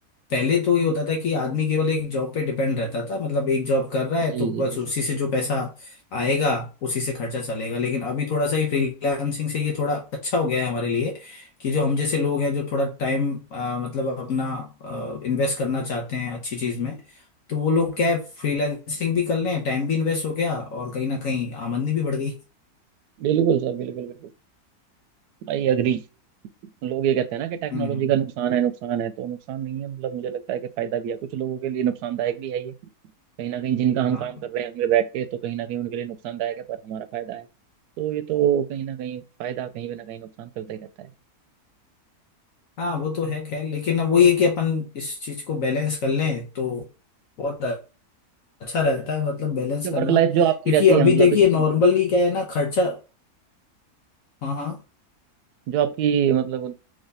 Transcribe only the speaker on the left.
पहले तो ये होता था कि आदमी केवल एक जॉब पे डिपेंड रहता था मतलब एक जॉब कर रहा है
तो
बस
उसी से जो पैसा आएगा उसी से खर्चा चलेगा लेकिन अभी थोड़ा सा ये फ्रीलांसिंग से ये थोड़ा अच्छा हो गया है हमारे लिए कि जो हम जैसे लोग हैं जो थोड़ा टाइम मतलब अपना इन्वेस्ट करना चाहते हैं अच्छी चीज में तो वो लोग क्या है फ्रीलांसिंग भी कर लें टाइम भी इन्वेस्ट हो गया और कहीं ना कहीं आमदनी भी बढ़ गई
हम्म
हाँ
हाँ वो तो है खैर लेकिन अब वही है कि अपन इस चीज को बैलेंस कर लें तो बहुत अच्छा रहता है मतलब बैलेंस
करना
क्योंकि
अभी
देखिए
नॉर्मली
क्या है ना खर्चा हाँ हाँ